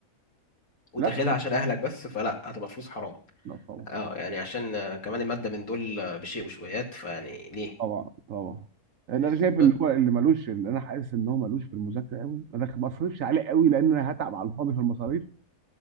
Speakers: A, on the left (about 70°); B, on the right (about 65°).
A: وداخلها
B: لا
A: عشان اهلك بس فلا هتبقى فلوس حرام
B: لا طبعا
A: اه يعني عشان آه، كمان الماده من دول آه، بشيء وشويات فيعني ليه
B: طبعا طبعا اللي انا
A: بز-
B: شايف
A: ب-
B: ان هو اللي ملوش اللي انا حاسس ان هو ملوش في المذاكره قوي انا ما بصرفش عليه قوي لان انا هتعب على الفاضي في المصاريف